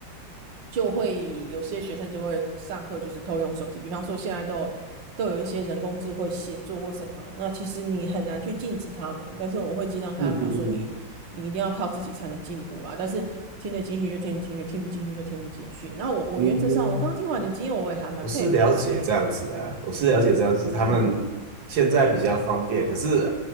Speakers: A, on the right; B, on the right.
A: 就会有些学生就会上课就是偷用手机，比方说现在都有都有一些人工智慧写作或什么，那其实你很难去禁止他们，但是我会尽量跟他们讲说你你一定要靠自己才能进步啦，
B: 嗯嗯嗯
A: 但是听得进去就听得进去，听不进去就听不进去。那我我原则上我刚刚听完你的经验，
B: 嗯，
A: 我也还蛮佩服你的欸，
B: 我是了解这样子啊，我是了解这样子，他们现在比较方便，
A: 嗯
B: 可是